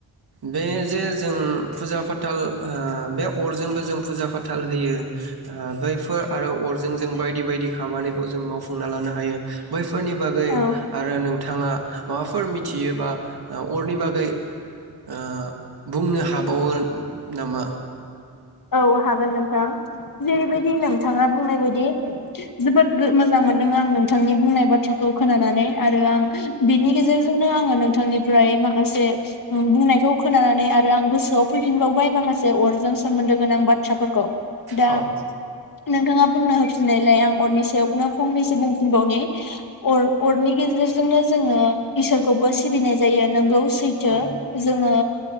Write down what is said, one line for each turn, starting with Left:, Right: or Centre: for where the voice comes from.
Right: बे जे जों फुजा फाथाल ओ बे अरजोंबो जों फुजा-फाथाल होयो ओ बैफोर आरो अरजों जों बायदि बायदि खामानिखौ जों मावफुंना लानो हायो बैफोर फोरनि बागै
Left: औ
Right: आरो नो बिथाङा माबाफोर मिथियोबा अरनि बागै ओ बुंनो हाबावो नामा?
Left: औ हागोन नोंथां। जेरैबायदि नोंथाङा बुंनाय बायदि जोबोद मोजां मोनदों आं नोंथांनि बुंनाय बाथ्राखौ खोनानानै। आरो आं बिनि गेजेर आङो नोंथांनिफ्राय माखासे ओ बुंनायखौ खोनानानै आरो आं गोसोआव फैफिनबावबाय माखासे अजों सोमोन्दो गोनां बाथ्राफोरखौ दा
Right: औ
Left: नोंथाङा बुंनो होफिननायलाय आं अरनि सायावनो फंनैसो बुंफिनबावनि अ-अरनि गेजेरजोंनो जोङो इसोरखौबो सिबिनाय जायो नोंगौ। सैथो
Right: औ औ
Left: जोङो